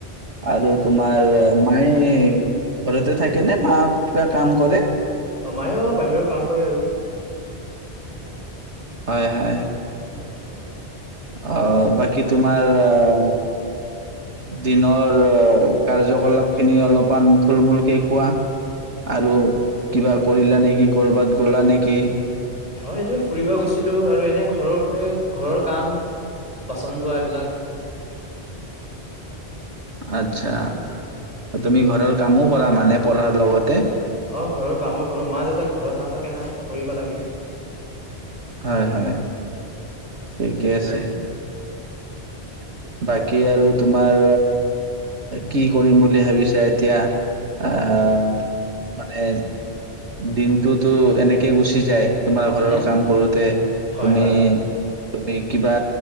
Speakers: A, on the right; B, on the left.
A: আৰু তোমাৰ মায়ে ঘৰতে থাকে নে মা কিবা কাম কৰে?
B: অ', ময়ো বাহিৰৰ কাম কৰে আৰু।
A: হয়, হয়।
B: হয়।
A: অ', বাকী তোমাৰ অ', দিনৰ কাৰ্যকলাপ খিনি অলপমান থুলমুলকে কোৱা আৰু কিবা কৰিলা নেকি কৰবাত গ'লা নেকি?
B: অ', এইটো ফুৰিব গৈছিলো আৰু এনে ঘৰতে ঘৰৰ কাম বাচন ধোৱা এইবিলাক।
A: আচ্ছা তুমি ঘৰৰ কামো কৰা মানে পঢ়াৰ লগতে?
B: অ', ঘৰৰ কামো কৰো মা দেউতাক ঘৰত নাথাকে না ত কৰিব লাগে।
A: হয়, হয়। ঠিকে আছে। বাকী আৰু তোমাৰ কি কৰিম বুলি ভাবিছা এতিয়া আহ মানে দিনটোতো এনেকে গুচি যায়। তোমাৰ ঘৰৰ
B: এনে
A: কাম কৰোঁতে
B: হয়
A: তুমি
B: হয়
A: তুমি কিবা